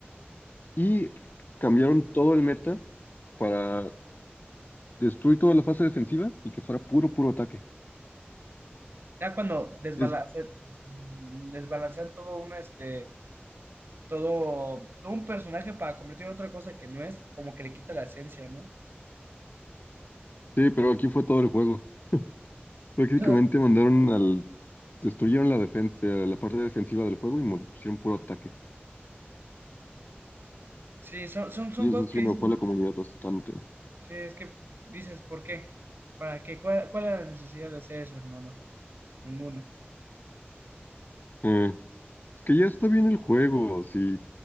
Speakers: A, on the left (about 45°); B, on the right (about 60°).
A: Y cambiaron todo el meta para destruir toda la fase defensiva y que fuera puro, puro ataque.
B: Ya cuando desbalance,
A: Es-
B: desbalancean todo un, este, todo, todo un personaje para convertirlo en otra cosa que no es, como que le quita la esencia, ¿no?
A: Sí, pero aquí fue todo el juego. Prácticamente
B: No.
A: mandaron al... Destruyeron la defensa, la parte defensiva del juego y mo- pusieron puro ataque.
B: Sí, son, son, son
A: Y
B: cosas
A: eso sí
B: que
A: enojó
B: dices,
A: a la comunidad bastante.
B: sí, es que dices, ¿por qué? ¿Para qué? ¿Cuál, cuál era la necesidad de hacer eso, hermano? Ninguna.
A: Eh, es que ya está bien el juego, sí.